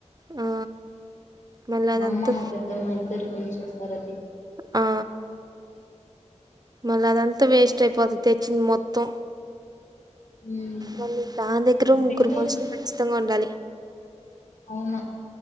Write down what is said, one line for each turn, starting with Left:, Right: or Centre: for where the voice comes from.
Right: ఆ మళ్ళ అదంతా
Left: మా అమ్మ మా పెద్దమ్మ ఇద్దరు కలిసి చేస్తారు అది
Right: ఆ మళ్ళా అదంతా వేస్ట్ అయిపోతాది తెచ్చింది మొత్తం
Left: మ్మ్
Right: మళ్ళీ దాని దగ్గర
Left: ఆ
Right: ముగ్గురు
Left: పిండి
Right: మనుషులు ఖచ్చితంగా ఉండాలి
Left: అవునా